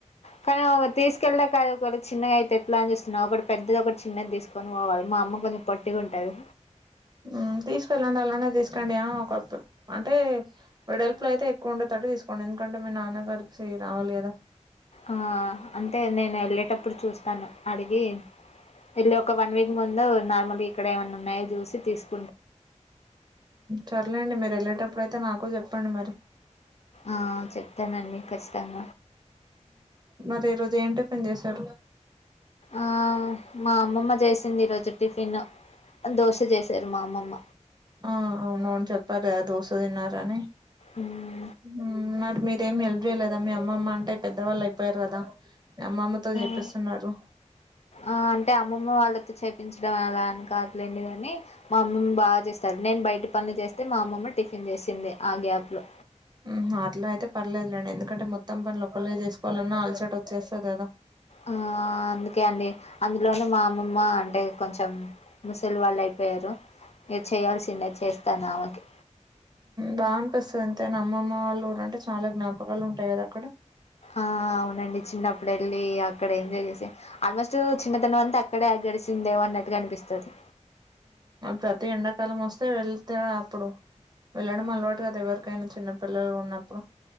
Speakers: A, on the left; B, on the right.
A: కానీ తీసుకెళ్లాక ఒక చిన్నగయితే ఎట్లా అని చూస్తున్న ఒకటి పెద్దది ఒకటి చిన్నది తీసుకొని పోవాలి మా అమ్మ కొంచెం పొట్టి గుంటది
B: ఉమ్ తీసుకెళ్ళండి అలానే తీసుకోండి ఆ ఒక అంటే వెడల్పులో అయితే ఎక్కువ ఉండేటటు తీసుకోండి ఎందుకంటే మీ నాన్న గారికి రావాలి కదా
A: ఆ అంటే నేను ఎళ్ళేటప్పుడు చూస్తాను అడిగి వెళ్ళి ఒక వన్ వీక్ ముం దు నార్మల్గ ఇక్కడ ఏమన్న ఉన్నాయ చూసి తీసుకు
B: సర్లే అండి మీరు ఎళ్ళేటప్పుడు అయితే నాకు చెప్పండి మరి
A: ఆ చెప్తానండి ఖచ్చితంగ
B: మరి ఈ రోజు ఏం టిఫిన్ చేసారు
A: ఆ మా అమ్మమ్మ చేసింది ఈ రోజు టిఫిన్ దోశ చేసారు మా అమ్మమ్మ
B: ఆ అవునవును చెప్పారుగా దోశ తిన్నారని
A: ఉమ్
B: ఉమ్ మరి మీరేమి హెల్ప్ చేయలేదా మీ అమ్మమ్మ అంటే పెద్దవాళ్ళు అయిపోయారు కదా అమ్మమ్మతో చేపిస్తున్నారు
A: ఆ ఆ అంటే అమ్మమ్మ వాళ్ళతో చేపించడం ఎలా అని కాదలేండి గాని మా అమ్మమ్మ బాగ చేస్తారు నేను బయట పనులు చేస్తే మా అమ్మమ్మ టిఫిన్ చేసింది ఆ గ్యాప్ లో
B: ఉహు అట్ల అయితే పర్లేదులే అండి ఎందుకంటే మొత్తం పనులు ఒకళ్ళే చేసుకోవాలన్నా అలసట వచ్చేస్తది కదా
A: ఆ అందుకే అండి అందులోను మా అమ్మమ్మ అంటే కొంచం ముసలి వాళ్ళు అయిపోయారు ఇది చేయాల్సిందే చేస్తాను ఆమెకి
B: బా అనిపిస్తది ఎంతయినా అమ్మమ్మ వాళ్ళ ఊరు అంటే చాలా జ్ఞాపకాలు ఉంటాయి కదా అక్కడ
A: ఆ అవునండి చిన్నప్పుడు వెళ్ళి అక్కడ ఎంజాయ్ చేసి ఆల్మోస్ట్ చిన్నతనం అంతా అక్కడే గడిసిందేమో అన్నట్టుగా అనిపిస్తది
B: ప్రతి ఎండాకాలం వస్తే వెళ్తేనె అప్పుడు వెళ్ళడం
A: ఉమ్
B: అలవాటు కదా ఎవరికైన చిన్నపిల్లలు ఉన్నప్పుడు